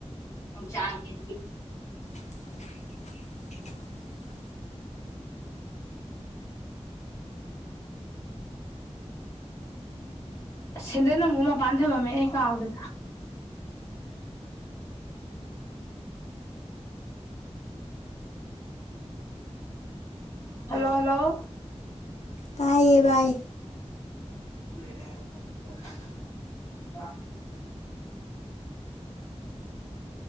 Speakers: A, on the left; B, on the left.
A: ꯆ ꯌꯦ
B: <inaudible>
A: ꯁꯦꯟꯗ ꯑꯃꯨꯛ ꯃꯄꯥꯟ ꯊꯝꯃꯝꯃꯦ ꯀꯥꯎꯗꯅ ꯍꯜꯂꯣ ꯍꯜꯂꯣ
B: ꯇꯥꯏꯌꯦ ꯕꯥꯏ
A: <unintelligible> <inaudible> ꯑ